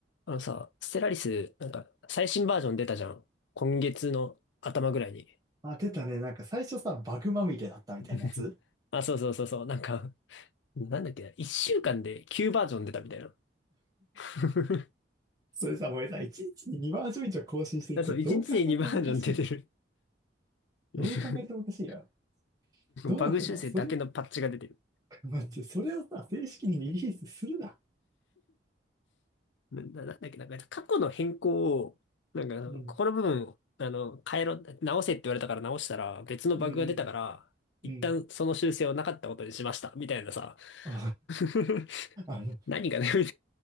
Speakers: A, on the left; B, on the right.
A: あのさ、ステラリス、なんか、最新バージョン出たじゃん。今月の頭ぐらいに。
B: あ、出たね。なんか最初さ、バグまみれだったみたいなやつ。
A: <laughs> あ、そうそうそうそう。なんか、なんだっけな。一週間で9バージョン出たみたいな。<laughs>
B: それさ、もうさ、1日に2バージョン以上更新してるってどう考えてもおかしい。
A: あそう、一日で2バージョン出てる。<laughs>
B: どう考えてもおかしいよ。どうなってんのそれ、
A: バグ修正だけのパッチが出てる。
B: <laughs> 待って、それをさ、正式にリリースするな。
A: な、ななんだっけな。なんか過去の変更を、なんかあの、
B: うん、
A: ここの部分を、あの、変えろ、直せって言われたから直したら、別のバグが出たから、
B: うん、
A: 一旦その修正をなかったことにしました。
B: うん。
A: みたいなさ。
B: <laughs> あ
A: <laughs>
B: の、あの
A: 何がね、